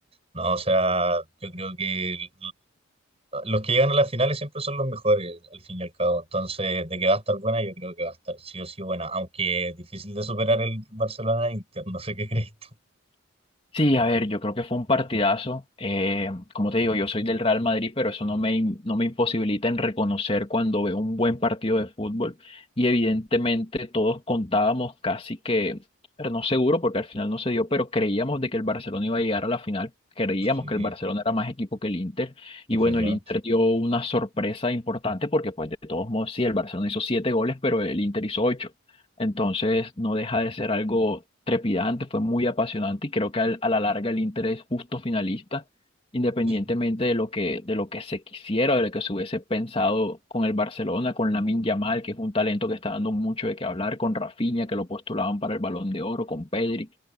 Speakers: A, on the right; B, on the left.
A: no, o sea, yo creo que Los que llegan a las finales siempre son los mejores, al fin y al cabo. Entonces, de que va a estar buena, yo creo que va a estar sí o sí buena, aunque es difícil de superar el Barcelona-Inter, no sé qué crees tú.
B: Sí, a ver, yo creo que fue un partidazo. Eh, como te digo, yo soy del Real Madrid, pero eso no me, im- no me imposibilita en reconocer cuando veo un buen partido de fútbol. Y evidentemente todos contábamos casi que, pero no seguro porque al final no se dio, pero creíamos de que el Barcelona iba a llegar a la final. Creíamos
A: Sí,
B: que el Barcelona era más equipo que el Inter.
A: definitivamente.
B: Y bueno, el Inter dio una sorpresa importante porque pues de todos modos, sí, el Barcelona hizo siete goles, pero el Inter hizo ocho. Entonces no deja de ser algo trepidante, fue muy apasionante y creo que al- a la larga el Inter es justo finalista, independientemente
A: Sí.
B: de lo que, de lo que se quisiera, de lo que se hubiese pensado con el Barcelona, con Lamine Yamal, que es un talento que está dando mucho de qué hablar, con Rafinha, que lo postulaban para el Balón de Oro, con Pedri